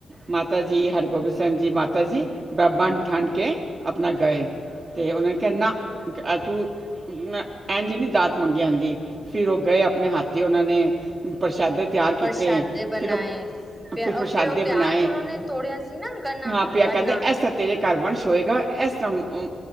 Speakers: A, on the right; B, in the centre.
A: ਮਾਤਾ ਜੀ ਹਰਗੋਬਿੰਦ ਸੈਬ ਜੀ ਮਾਤਾ ਜੀ ਬ ਬਨ ਠਨ ਕੇ ਅਪਨਾ ਗਏ। ਤੇ ਓਨਾਂ ਨੇ ਕਿਆ ਨਾ ਆ ਤੁ ਨਾ ਐਂਝ ਨੀ ਦਾਤ ਮੰਗੀ ਆਂਦੀ ਫਿਰ ਓ ਗਏ ਆਪਨੇ ਹੱਥ ਦੀ ਓਨਾਂ ਨੇ ਪ੍ਰਸ਼ਾਦੇ ਤਿਆਰ
B: ਪ੍ਰਸ਼ਾਦੇ
A: ਕੀਤੇ
B: ਬਣਾਏ
A: ਫਿਰ ਓ
B: ਪਿਆ
A: ਫਿਰ ਪ੍ਰਸ਼ਾਦੇ
B: ਉਹ ਪਿਆਜ
A: ਬਨਾਏ।
B: ਉਹਨਾਂ ਨੇ ਤੋੜਿਆ ਸੀ ਨਾ ਗੰਨਾ
A: ਹਾਂ ਪਿਆ
B: ਗੰਨਾ
A: ਕੈਂਦੇ ਐਸ ਤੇਰੇ ਘਰ ਵੰਸ਼ ਹੋਏਗਾ ਐਸਮ ਓ